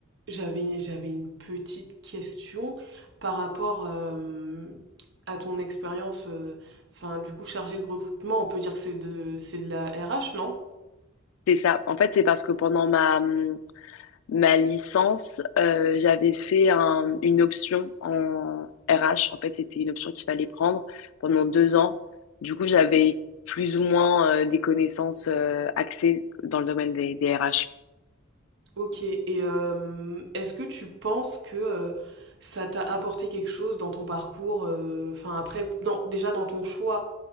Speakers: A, on the right (about 60°); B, on the left (about 75°).
A: j'avais, j'avais une petite question par rapport euh, à ton expérience, euh, enfin, du coup, chargée de recrutement. On peut dire que c'est de, c'est de la RH, non?
B: C'est ça. En fait, c'est parce que pendant ma, hum, ma licence, euh, j'avais fait un- une option en RH. En fait, c'était une option qu'il fallait prendre pendant deux ans. Du coup, j'avais plus ou moins euh, des connaissances euh, axées dans le domaine des, des RH.
A: Ok, et euh, est-ce que tu penses que euh, ça t'a apporté quelque chose dans ton parcours, euh, enfin après, dans- déjà dans ton choix